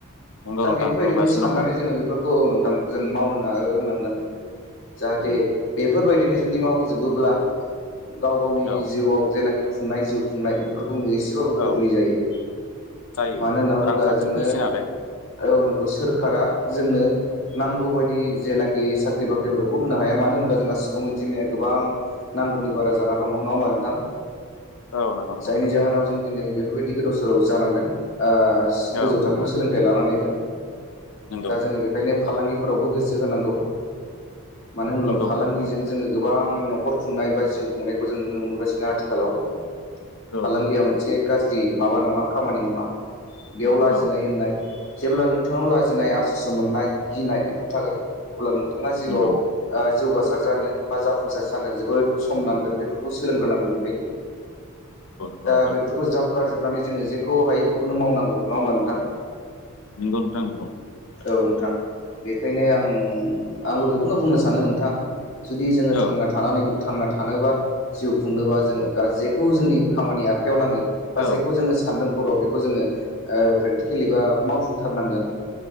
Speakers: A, on the left; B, on the left.
A: नंगौ
B: दा
A: नोंथां
B: बेफोरबायदिखौनो
A: नुगासिनो
B: साननानै जोङो औ औ नोथां जों मावनो ना रोंनांगोन जाहाथे
A: दङ औ
B: बे फोरबायदिनो जुदि मावजोबोब्ला गाव गावनि
A: नंगौ
B: जिउआव जेनाखि खुंनाय जिउ खुंनाय बेफोर बुंनो एसेबाबो
A: औ
B: गोरलै
A: औ
B: जायो।
A: जायो
B: मानो होनना बुंब्ला
A: रांखान्थि
B: जोंनो
A: फैसै नालाय
B: औ नोंखौ सोर जोंनो नांगौ बायदि जेनाखि साख्रि बाख्रिफोरखौ होनो हाया मानो होनबा जोंहा सुबुं अनजिमाया गो बां नांगौनि बारा जाना दङ नङा होमबा नोंथां।
A: औ नंगौ नंगौ
B: जायनि
A: नोंथां
B: जाहोनाव जों दिनै बेफोरबायदि गोदाव सोराव जानांदों। ओस गोजौ
A: औ नंगौ
B: थाखोनि सोलोंथाइ लानानैबो।
A: नंगौ
B: दा जोंङो बेखायनो फालांगिफोरावबो गोसो होनांगौ। मानो होनब्ला
A: नंगौ
B: फालांगिजों
A: नंगौ
B: जोङो गोबां नख'र खुंनाय बा जिउ खुंनायखौ जों नुनो मोनगासिनो आथिखालाव।
A: औ
B: फालांगिया
A: नंगौ नोंथां
B: मोनसे गाज्रि माबा नङा खामानि नङा। बेयाव लाजिनाय
A: औ
B: होननाय जेब्ला नोंथांनाव लाजिनाय आसुसु मोननाय गिनाय बेफोर थागोन अब्ला नोंथाङा जिवाव
A: नंगौ
B: ओ जौगासा र जानो बा जाफुंसार जानो जोबोद सम नांगोन बेफोर खौ सोलोंग्रोनांगोन बेखायनो
A: औ
B: दा
A: नंगौ नोंथां नंगौ
B: बेफोरखौ ज्राब गारजोब नानै जोङो जेखौ हायो बेखौनो मावनांगौ नङा होमबा नोंथां।
A: नोंगौ नोंथां नोंगौ।
B: औ नोंथां बेखायनो आं आंबो बेखौनो बुंनो सानो नोंथां जुदि जोङो
A: औ
B: थांना थानानै थांना थानोबा जिउ खुंनोबा
A: नंगौ
B: जोङो गाज्रिखौ जोंनि खामानि आखायाव नाङो बा
A: औ
B: जेखौ जोङो सानदों <unintelligible> बेखौ जोङो ओ प्रेकटिकेलि बा मावफुंथारनांगोन।